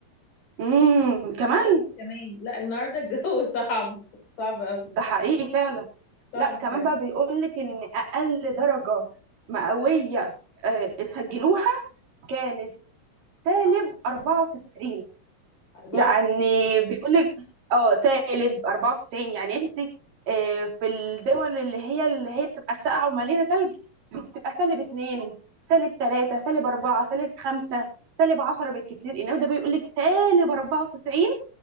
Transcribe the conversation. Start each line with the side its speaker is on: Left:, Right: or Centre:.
Right: امم
Left: مش في
Right: كمان
Left: الشمس كمان لا النهارده الجو <laughs> صعب صعب قوي
Right: ده حقيقي فعلا
Left: صعب
Right: لا كمان
Left: فعلا
Right: بقى بيقول لك ان اقل درجه مئويه آه، سجلوها كانت سالب 94
Left: 4
Right: يعني بيقول لك اه سالب 94 يعني انت آه، في الدول اللي هي اللي هي بتبقى ساقعه ومليانه ثلج بتبقى سالب 2 سالب 3 سالب 4 سالب 5 سالب 10 بالكتير انما ده بيقول لك سالب 94